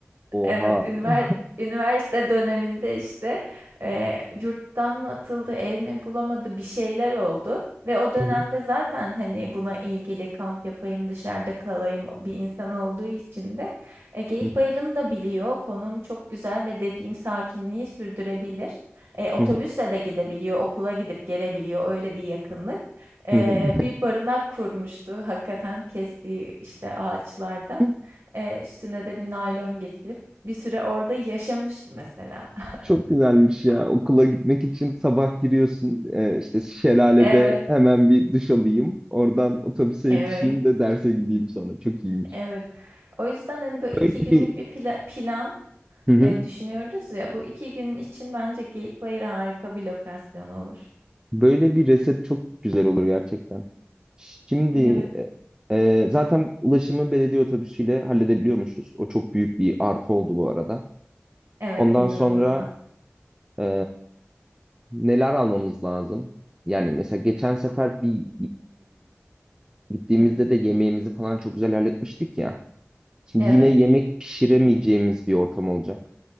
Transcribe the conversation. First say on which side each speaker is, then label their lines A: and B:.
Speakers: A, on the right; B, on the right.
A: Oha.
B: Evet, üniver
A: <laughs>
B: üniversite döneminde, işte, eee, yurttan mı atıldı, ev mi bulamadı, bir şeyler oldu ve o dönemde
A: Hı hı,
B: zaten, hani, buna ilgili kamp yapayım, dışarıda kalayım bir insan olduğu için de, eee, Geyikbayırı'nı
A: hı
B: da biliyor. Konum çok güzel ve dediğim sakinliği sürdürebilir. Eee, otobüsle
A: hı,
B: de gidebiliyor, okula gidip gelebiliyor, öyle bir yakınlık. Eee,
A: hı hı, hı
B: bir barınak kurmuştu hakikaten kestiği, işte, ağaçlardan.
A: hı.
B: Eee, üstüne de bir naylon geçirip bir süre orada yaşamıştı mesela. <laughs>
A: Çok güzelmiş ya. Okula gitmek için sabah giriyorsun. e, işte şelalede
B: Evet,
A: hemen bir duş alayım. Oradan otobüse
B: evet,
A: yetişeyim de derse gideyim sonra. Çok iyiymiş.
B: evet. O yüzden hani böyle iki
A: Böyle
B: günlük
A: bir,
B: bir pla- plan
A: hı hı.
B: e, düşünüyoruz ya. Bu iki gün için bence Geyikbayır harika bir lokasyon olur.
A: Böyle bir reset çok güzel olur gerçekten. Şimdi
B: Evet.
A: e, e, zaten ulaşımı belediye otobüsüyle halledebiliyormuşuz. O çok büyük bir artı oldu bu arada.
B: Evet,
A: Ondan
B: inanılmaz.
A: sonra e, neler almamız lazım? Yani mesela geçen sefer bir Gittiğimizde
B: Hı,
A: de yemeğimizi falan çok güzel halletmiştik ya. Şimdi
B: evet.
A: yine yemek pişiremeyeceğimiz bir ortam olacak.